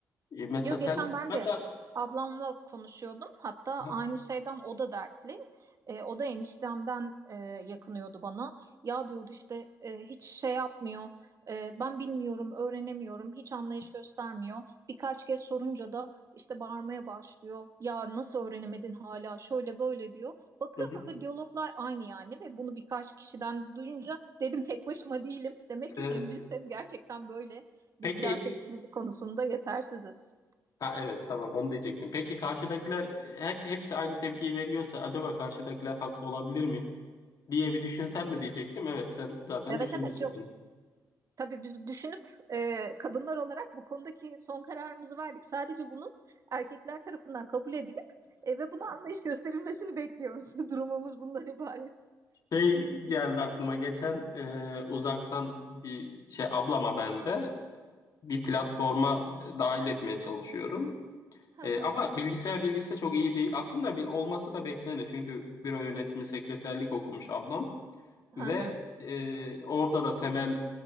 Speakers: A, on the left; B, on the right.
A: E, mesela
B: Yo
A: sen
B: geçen ben
A: mesela
B: de ablamla konuşuyordum. Hatta
A: Aha,
B: aynı şeyden o da dertli. E, o da eniştemden e, yakınıyordu bana. Ya diyordu işte e, hiç şey yapmıyor. E, ben bilmiyorum, öğrenemiyorum. Hiç anlayış göstermiyor. Birkaç kez sorunca da işte bağırmaya başlıyor. Ya nasıl öğrenemedin hala? Şöyle böyle diyor. Bakıyorum
A: hı hı.
B: bu diyaloglar aynı yani ve bunu birkaç kişiden duyunca dedim tek başıma değilim. Demek
A: Ee,
B: ki hemcinsel gerçekten böyle.
A: peki
B: Biz biraz teknoloji konusunda yetersiziz.
A: ha evet tamam onu diyecektim. Peki karşıdakiler e, her, hepsi aynı tepkiyi veriyorsa acaba karşıdakiler haklı olabilir mi diye bir düşünsen mi diyecektim. Evet sen zaten
B: Evet
A: düşünmüşsün
B: evet yok.
A: bunu.
B: Tabii biz düşünüp e, kadınlar olarak bu konudaki son kararımızı verdik. Sadece bunun erkekler tarafından kabul edilip e, ve buna anlayış gösterilmesini bekliyoruz. <laughs> Durumumuz bundan ibaret.
A: Şey geldi aklıma geçen e, uzaktan bir şey ablama ben de bir platforma dahil etmeye çalışıyorum.
B: Hı
A: E,
B: hı,
A: ama bilgisayar bilgisi de çok iyi değil. Aslında bir olması da beklenir. Çünkü büro yönetimi sekreterlik okumuş ablam
B: hı
A: ve
B: hı,
A: e, orada da temel